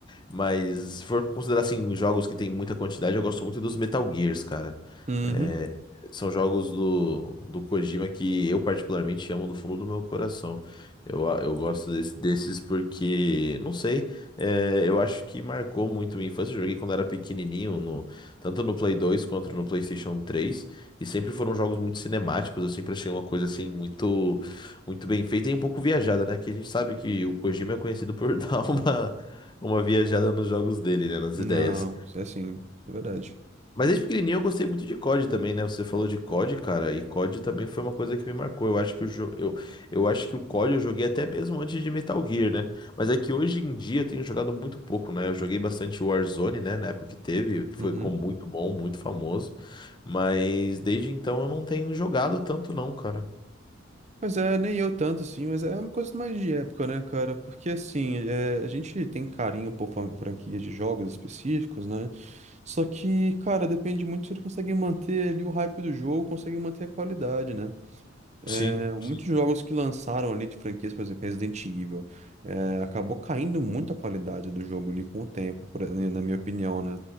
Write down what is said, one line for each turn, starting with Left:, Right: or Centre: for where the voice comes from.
Left: Mas se for considerar assim, jogos que tem muita quantidade, eu gosto muito dos Metal Gears, cara.
Right: Uhum.
Left: É, são jogos do, do Kojima que eu particularmente amo do fundo do meu coração. Eu, eu gosto desse- desses porque, não sei. É, eu acho que marcou muito minha infância. Eu joguei quando era pequenininho, no- tanto no Play 2 quanto no PlayStation 3. E sempre foram jogos muito cinemáticos. Eu sempre achei uma coisa assim muito, muito bem feita e um pouco viajada, né? Que a gente sabe que o Kojima é conhecido por <laughs> dar uma, uma viajada nos jogos dele, né? Nas
Right: Não,
Left: ideias.
Right: é assim, é verdade.
Left: Mas desde pequenininho eu gostei muito de COD também, né? Você falou de COD, cara, e COD também foi uma coisa que me marcou. Eu acho que o jo... eu, eu acho que o COD eu joguei até mesmo antes de Metal Gear, né? Mas é que hoje em dia eu tenho jogado muito pouco, né? Eu joguei bastante Warzone, né, na época que teve, que foi
Right: Uhum.
Left: com muito bom, muito famoso, mas desde então eu não tenho jogado tanto não, cara.
Right: Mas é, nem eu tanto assim, mas é uma coisa mais de época, né, cara? Porque assim, é, a gente tem carinho por fran- franquia de jogos específicos, né? Só que, cara, depende muito se ele consegue manter ali o hype do jogo, consegue manter a qualidade, né? É,
Left: Sim,
Right: muitos
Left: sim,
Right: jogos que lançaram ali de franquias, por exemplo, Resident Evil, é, acabou caindo muito a qualidade do jogo ali com o tempo, por- né, na minha opinião, né?